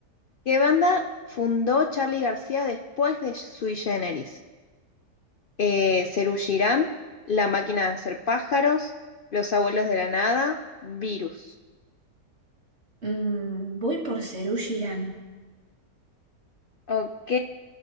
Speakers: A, on the left; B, on the right.
A: ¿Qué banda fundó Charlie García después de Sui Generis? Eh, Serú Girán, La Máquina de Hacer Pájaros, Los Abuelos de la Nada, Virus.
B: Mm, voy por Serú Girán.
A: Ok,